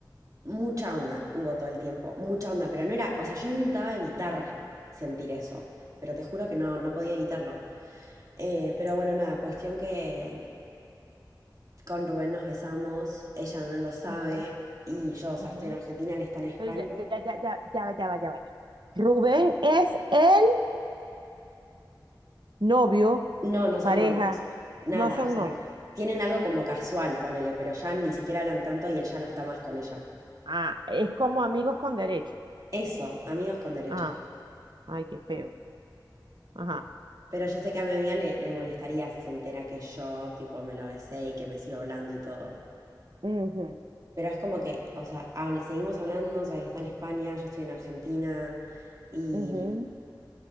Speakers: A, on the right; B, on the right.
A: mucha onda hubo todo el tiempo, mucha onda, pero no era, o sea, yo intentaba evitar sentir eso, pero te juro que no, no podía evitarlo. Eh, pero bueno, nada, cuestión que Con Rubén nos besamos, ella no lo sabe
B: ujú,
A: y yo, o sea,
B: ujú.
A: estoy en Argentina, él está en España.
B: Pero ya, ya, ya, ya, ya, va, ya, va, ya, va, ya. va. Rubén es el novio,
A: No, no
B: pareja,
A: son novios, nada,
B: no son
A: o sea,
B: novios.
A: tienen algo como casual, ponele, pero ya ni siquiera hablan tanto y él ya no está más con ella.
B: Ah, es como amigos con derecho.
A: Eso, amigos con derecho.
B: Ah, ay, qué feo. Ajá.
A: Pero yo sé que a mi amiga le, le molestaría si se entera que yo, tipo, me lo besé y que me sigo hablando y todo.
B: Ujú,
A: Pero es como que, o sea, habl- seguimos hablando, o sea, él está en España, yo estoy en Argentina y
B: ujú,